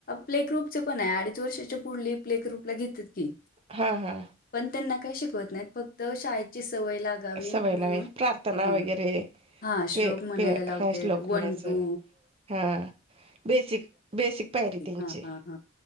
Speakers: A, on the left; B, on the right.
A: प्ले ग्रुपचे पण आहे अडीच वर्षाच्या पुढली प्ले ग्रुपला घेतात की.
B: हा हा
A: पण त्यांना काय शिकवत नाहीत फक्त तर शाळेची सवय लागावी
B: सवय
A: म्हणून
B: लावाय प्रार्थना
A: ह
B: वगैरे
A: हा श्लोक
B: पे
A: म्हणायला
B: पे
A: लावते
B: हा श्लोक
A: वन
B: म्हणायचं
A: टू
B: हा बेसिक बेसिक पायरी त्यांची
A: हां, हां, हां.